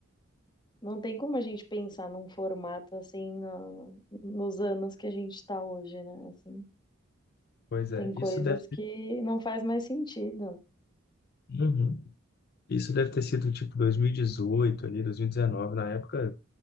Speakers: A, on the left; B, on the left.
A: Não tem como a gente pensar num formato assim no- nos anos que a gente está hoje, né? Assim,
B: pois é,
A: tem coisas
B: isso deve ter,
A: que não faz mais sentido.
B: Uhum. Isso deve ter sido tipo 2018 ali, 2019, na época